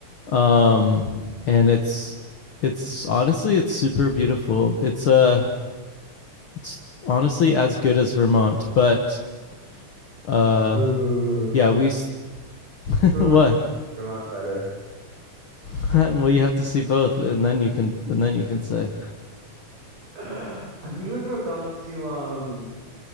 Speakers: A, on the left (about 50°); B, on the right (about 85°).
A: um, and it's it's honestly it's super beautiful. It's uh it's honestly as good as Vermont, but uh
B: Ooh,
A: yeah we s <laughs>
B: ooh,
A: what
B: Vermont's better.
A: <laughs> well you have to see both and then you can and then you can say
B: <gasps> Have you ever gone to um?